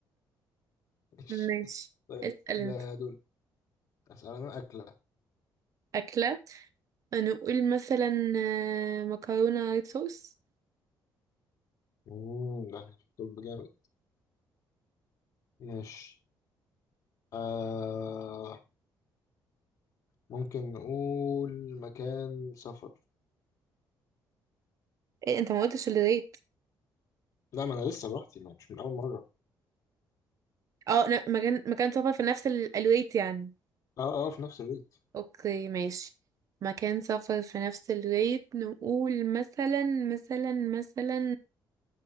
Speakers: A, on the left (about 45°); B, on the right (about 45°).
A: ماشي
B: ماشي
A: طيب
B: اسأل
A: ده
B: انت
A: دول أسأل أنا أكلة
B: أكلة نقول مثلا آه، مكرونة ريد صوص
A: مم، ده احنا في الطب جامد ماشي آه ممكن نقول مكان سفر
B: ايه انت ما قلتش الريت
A: لا ما انا لسه براحتي ما مش من اول مرة
B: اه لا، مكان مكان سفر في نفس ال- الريت يعني
A: اه اه في نفس الريت
B: اوكي ماشي مكان سفر في نفس الريت نقول مثلا مثلا مثلا